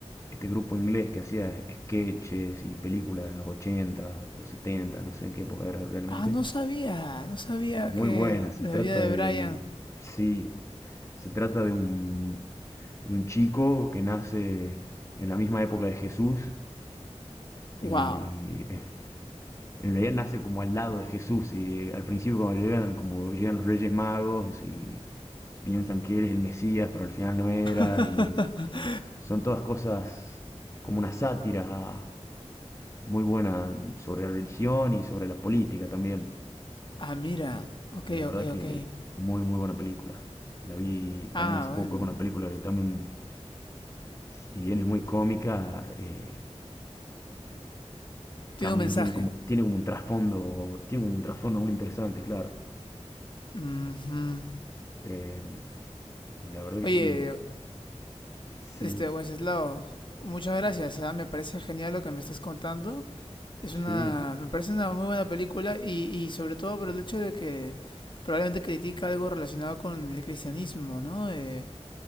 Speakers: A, on the left (about 25°); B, on the left (about 45°).
A: este grupo inglés que hacía sketches y películas en los 80 o setenta no sé en qué época era realmente.
B: Ah, no sabía, no sabía
A: Muy
B: que
A: buena, se
B: la
A: trata
B: vida de
A: de,
B: Brian.
A: sí, se trata de un, de un chico que nace en la misma época de Jesús y...
B: Wow.
A: eh, en realidad nace como al lado de Jesús y al principio cuando llegan, como llegan los Reyes Magos y piensan que él es el Mesías, pero al final no era
B: <laughs>
A: y son todas cosas como una sátira muy buena sobre la religión y sobre la política también.
B: Ah, mira. Ok,
A: La verdad
B: ok,
A: que
B: ok.
A: muy muy buena película. La vi
B: Ah,
A: también hace poco,
B: bueno.
A: es una película que también, si bien es muy cómica, eh,
B: Tiene
A: también
B: un mensaje.
A: tiene como, tiene como un trasfondo, tiene como un trasfondo muy interesante, claro.
B: Ujú.
A: Eh, la verdad que
B: Oye,
A: sí, Sí,
B: este, Wenceslao, muchas gracias, ah, Me parece genial lo que me estás contando. Es
A: sí,
B: una, me parece una muy buena película y, y sobre todo por el hecho de que probablemente critica algo relacionado con el cristianismo, ¿no? Eh,